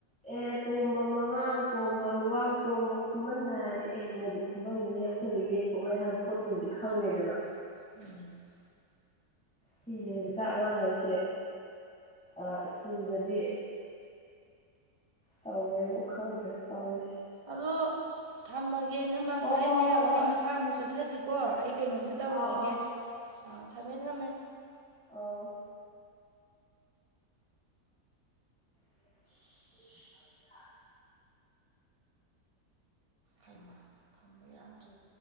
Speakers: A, in the centre; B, on the right.
A: ꯑꯦ ꯇꯣꯝꯕ ꯃꯪꯉꯥꯡ ꯇꯣꯝꯕ ꯂꯨꯋꯥꯡ ꯇꯣꯝꯕ ꯈꯨꯃꯟꯅ ꯍꯥꯏꯔꯗꯤ ꯑꯦ ꯃꯣꯏꯗꯤ ꯈꯨꯃꯟ ꯅꯤꯍꯦ ꯑꯩꯈꯣꯏꯗ ꯌꯦꯛꯊꯣꯛꯅꯩ ꯍꯥꯏꯕ ꯄꯣꯠꯇꯨꯝꯗꯤ ꯈꯪꯉꯦꯗꯅ
B: ꯑꯣ ꯇꯗꯤꯁ ꯂꯩꯒ <unintelligible>
A: ꯁꯤꯖꯦ ꯍꯧꯖꯤꯛꯀꯥꯟ ꯑꯉꯥꯡꯒꯩꯁꯦ ꯑ ꯏꯁ꯭ꯀꯨꯜꯗꯗꯤ ꯇꯧꯋꯦꯕꯨ ꯈꯪꯗ꯭ꯔꯦ ꯇꯧꯔꯤꯁꯦ
B: ꯑꯗꯨ ꯊꯝꯃꯒꯦ ꯏꯅꯝꯃꯥ
A: ꯍꯣ
B: ꯍꯣꯔꯦꯟꯅꯦ
A: ꯍꯣ ꯍꯣ
B: ꯋꯥꯔꯤ
A: ꯍꯣꯏ
B: ꯃꯈꯥ ꯑꯃꯨꯛ ꯆꯠꯊꯖꯤꯀꯣ ꯑꯩ ꯀꯩꯅꯣꯝꯇ ꯇꯧꯔꯨꯒꯤꯒꯦ
A: ꯑꯥꯎ ꯑꯥꯎ
B: ꯑꯥ ꯊꯝꯃꯦ ꯊꯝꯃꯦ
A: ꯑꯧ <inaudible>
B: ꯍꯩꯃꯥ ꯊꯝꯕ ꯌꯥꯗ꯭ꯔꯦ